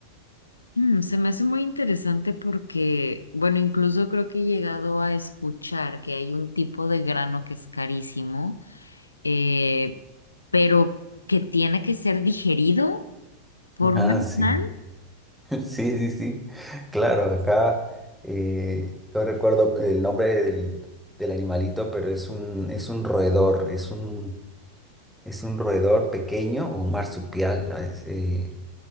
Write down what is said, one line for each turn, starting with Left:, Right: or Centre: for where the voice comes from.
Left: Mm, se me hace muy interesante porque, bueno, incluso creo que he llegado a escuchar que hay un tipo de grano que es carísimo, eh, pero que tiene que ser digerido por
Centre: Ah,
Left: un animal.
Centre: sí. Sí, sí, sí. Claro, acá eh, no recuerdo el nombre del, del animalito, pero es un, es un roedor, es un, es un roedor pequeño o un marsupial. ¿no? Es, eh,